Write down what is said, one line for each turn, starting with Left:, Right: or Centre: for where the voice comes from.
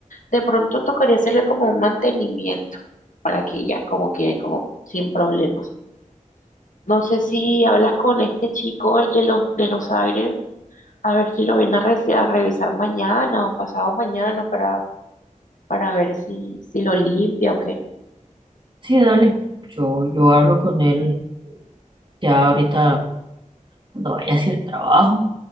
Left: De pronto tocaría hacerle como un mantenimiento para que ya como quede como sin problemas. No sé si hablas con este chico, el de los, de los aires, a ver si lo viene a, re- a revisar mañana o pasado mañana para, para ver si, si lo limpia o qué.
Right: Sí, dale. Yo, yo hablo con él ya ahorita cuando vaya hacia el trabajo,